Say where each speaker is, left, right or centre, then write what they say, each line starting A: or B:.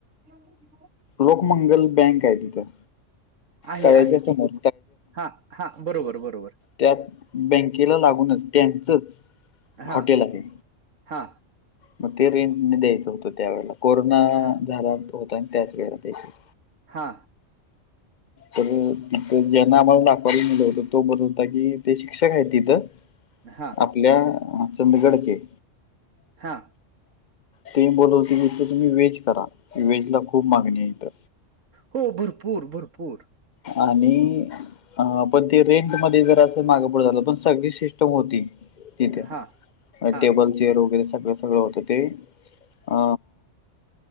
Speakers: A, on the right; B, on the left.
A: जेवती
B: लोकमंगल बँक आहे तिथं
A: आहे
B: तळ्याच्या
A: आहे
B: समोर
A: की हा हा बरोबर बरोबर
B: त्यात बँकेला लागूनच त्यांचंच
A: हा
B: हॉटेल आहे
A: हा
B: मग ते रीण द्यायचं होतं त्या वेळेला कोरोना
A: हां,
B: झाला होता आणि त्याच वेळेला द्यायचं होत
A: हा
B: तर तिथं ज्यांना आम्हाला दाखवायलं होतं तो बदल होता कि ते शिक्षक आहे तिथं
A: हा
B: ल्या चंदगडके
A: हा
B: ते बोलत होते मीित तर तुम्ही वेहेज करा वेज ला खूप मागणी आहेथं
A: हो भरपूर भरपूर
B: आणि ह पण ते रेंटमध्येध्ये जर असं मागं पड झालं पण सगळी सिस्टम होती तिथे
A: हां, हां,
B: टेबल चेअर वगैरे सगळं सगळं होतं ते अ